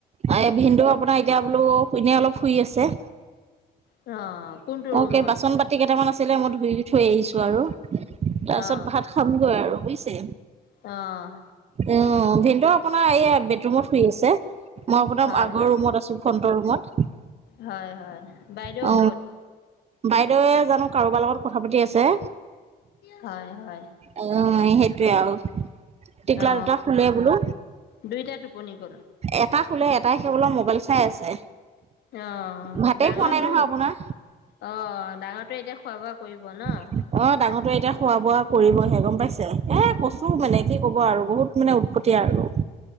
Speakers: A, on the right; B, on the left.
A: এই ভিন্দেউ আপোনাৰ এতিয়া বোলো শুনে অলপ শুই আছে।
B: অ'। কোনটো
A: অ',
B: ৰুমত
A: কে বাচন বাতি কেইটামান আছিলে মই ধুই থৈ আহিছোঁ আৰু তাৰপিছত
B: অ
A: ভাত খামগৈ আৰু বুজিছে।
B: অ'।
A: উম ভিনদেউ আপোনাৰ এই বেডৰুমত শুই আছে মই আপোনাৰ
B: হয়
A: আগৰ
B: হয়
A: ৰুমত আছো ফ্ৰটৰ ৰুমত।
B: হয়, হয় বাইদৰেেউ
A: অ
B: ক'ত?
A: বাইদেৱে জানো কাৰোবাৰ লগত কথা পাতি আছে।
B: হয়, হয়।
A: অ', সেইটোৱে আৰু। টিকলা
B: অ
A: দুটা শুলে বোলো।
B: দুইটা টোপনি গ'ল
A: এটা শুলে এটাই সেইবোলো মোবাইল চাই আছে।
B: অ'
A: ভাতে
B: ডাঙৰটো
A: খোৱা নাই নহয়
B: অ'
A: আপোনাৰ
B: ডাঙৰটোৱে এতিয়া খোৱা বোৱা কৰিব ন'।
A: অ' ডাঙৰটোৱে এতিয়া খোৱা বোৱা কৰিবহে গম পাইছে, এ, কচু মানে কি ক'ব আৰু বহুত মানে উৎপতীয়া আৰু।